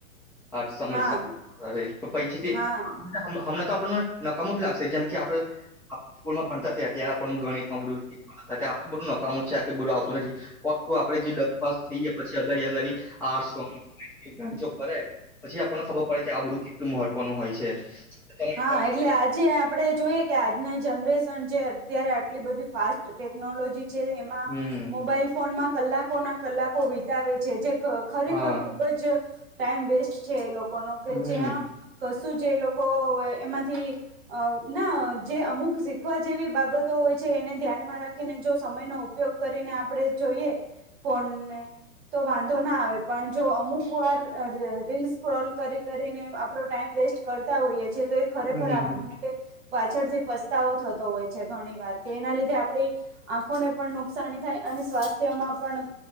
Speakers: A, in the centre; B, on the right.
A: આ સમય
B: હા
A: <unintelligible> તો
B: હા
A: <unintelligible> હમણાં તો આપણને નકામુ જ લાગશે જેમ કે આપડે સ્કૂલમાં ભણતા ત્યારે આપડે ગણીતમાં બધું આપું બધું નકામું છે આખ બધું આવતું નથી પર આપડે જે દસ પાસ થઈએ પછી અગાળી આર્ટસ કોમર્સ બ્રાન્ચો પપરે પછી આપણને ખબર પડે કે આ બધું કેટલું મહત્વનું હોય છે. તમારી
B: હા
A: સાથે-
B: એટલે આજે આપ ડે જોઈએ કે આજના જનરેશન જે અત્યારે આટલી બધી ફાસ્ટ ટેકનોલોજી જે એમાં
A: હમ
B: મોબાઈલ ફોનમાં કલાકો ના કલાકો વિતાવે છે જે ઘ ખરેખર
A: હા
B: ખૂબ જ ટાઈમ વેસ્ટ છે એ લોકો નો કે
A: હમ
B: જ્યાં કશું જે લોકો એમાંથી અહ ના જે અમુક શીખવા જેવી બાબત તો હોય છે એને ધ્યાનમાં રાખીને જો સમયનો ઉપયોગ કરીને આપણે જોઈએ ફોનને તો વાંધો ના આવે પણ જો અમુક વાર ર રીલ સક્રોલ કરી કરીને આપણો ટાઈમ વેસ્ટ કરતા હોઈએ છે તો એ ખરેખર
A: હમ
B: આપણા
A: હમ.
B: માટે પાછળથી પસ્તાવો થતો હોય છે ઘણી વાર કે એના લીધે આપડી આંખોને પણ નુકસાની થાય અને સ્વાસ્થ્યમાં પણ